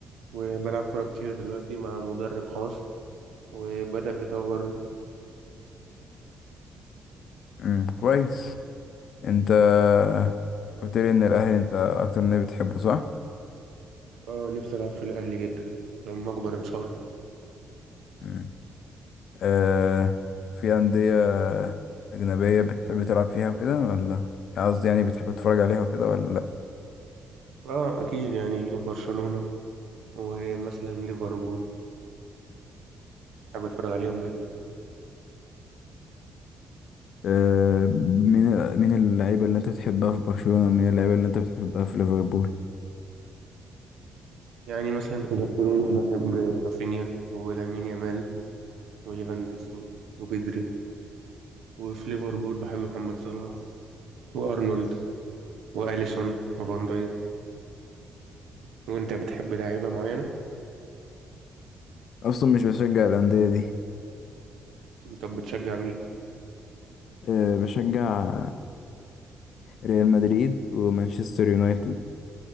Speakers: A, on the right; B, on the left.
A: وبلعب كورة كتير دلوقتي مع مدرب خاص وبدأ يطورني
B: مم. كويس انت آه، قلت لي ان الاهلي انت اكتر نادي بتحبه صح؟
A: اه نفسي ألعب في الأهلي جدا لما أكبر إن شاء الله
B: مم. آه في أندية أجنبية بتحب تلعب فيها وكده ولا قصدي يعني بتحب تتفرج عليها وكده ولا لأ
A: اه أكيد يعني برشلونة ومثلا ليفربول بحب أتفرج عليهم جدا
B: آه، مين مين اللعيبة اللي انت بتحبها في برشلونة ومين اللعيبة اللي انت بتحبها في ليفربول
A: يعني مثلا في برشلونة بحب رافينيا ولامين يامال وليفاندوسكي وبيدري وفي ليفربول بحب محمد صلاح وأرنولد وأليسون وفان دايك وأنت بتحب لعيبة معينة
B: أصلا مش بشجع الأندية دي
A: طب بتشجع مين؟
B: آه، بشجع ريال مدريد ومانشستر يونايتد